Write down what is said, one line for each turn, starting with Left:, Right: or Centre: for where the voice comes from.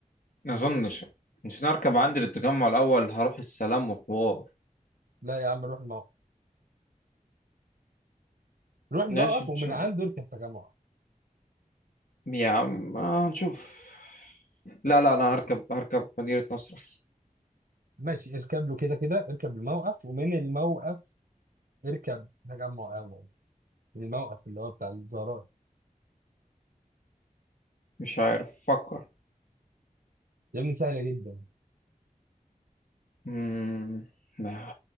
Left: ما اظنش مش نركب عندي للتجمع الاول هروح السلام وحوار
Right: لا يا عم روح الموقف روح الموقف
Left: ماشي نشوف
Right: ومن عنده اركب تجمع
Left: يا عم آه نشوف لا لا انا هركب هركب مدينة نصر احسن
Right: ماشي اركب له كده كده اركب الموقف ومن الموقف اركب تجمع اول الموقف اللي هو بتاع الزهراء
Left: مش عارف فكر
Right: يا ابني سهله جدا
Left: امم لا.